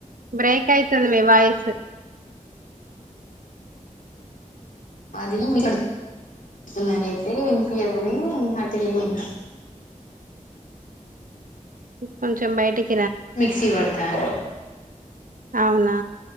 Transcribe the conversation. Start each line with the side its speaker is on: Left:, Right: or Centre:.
Right: బ్రేక్ అయితుంది మీ వాయిస్
Left: అది ఇ కడుతున్నారయితే వినిపియదని అటెల్లినా ఇగ
Right: కొంచెం బయటకి
Left: మిక్సీ పడతాన్న
Right: అవునా